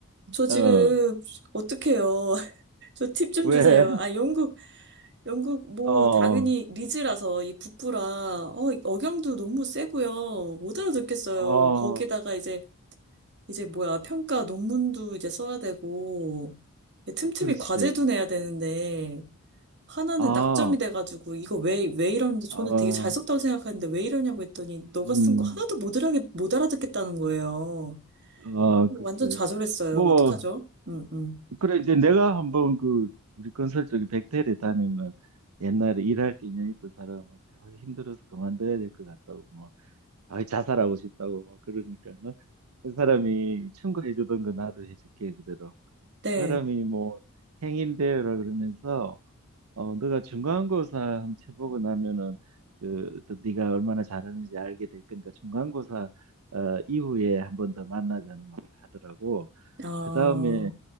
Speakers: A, on the right; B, on the right.
A: 저 지금
B: 어,
A: 어떡해요. <laughs> 저 팁 좀
B: 왜?
A: 주세요. 아, 영국 영국 뭐
B: 어, 어,
A: 당연히 리즈라서 이 북부라 어, 억양도 너무 세고요. 못 알아듣겠어요.
B: 어,
A: 거기다가 이제 이제 뭐야 평가 논문도 이제 써야 되고 틈틈이
B: 어, 그렇지.
A: 과제도 내야 되는데 하나는
B: 아,
A: 낙점이 돼가지고 이거 왜 왜 이러는데 저는
B: 어,
A: 되게 잘 썼다고 생각하는데 왜 이러냐고 했더니 너가
B: 음,
A: 쓴 거 하나도 못 알아듣 못 알아듣겠다는 거예요.
B: 아,
A: 완전
B: 글쎄.
A: 좌절했어요.
B: 뭐,
A: 어떡하죠? 음, 음.
B: 그래, 이제 내가 한번 그, 우리 건설 쪽에 백태를 다니는 옛날에 일할 때 인연 있던 사람한테 아, 힘들어서 그만둬야 될 것 같다고, 뭐, 아, 자살하고 싶다고, 막 그러니까. 어? 그 사람이 충고해주던 거 나도 해줄게, 그대로.
A: 네.
B: 그 사람이 뭐, 행인대요라 그러면서, 어, 너가 중간고사 한번 쳐보고 나면은 그 어떤 네가 얼마나 잘하는지 알게 될 거니까 중간고사 어, 이후에 한 번 더 만나자는 말을 하더라고.
A: 아,
B: 그 다음에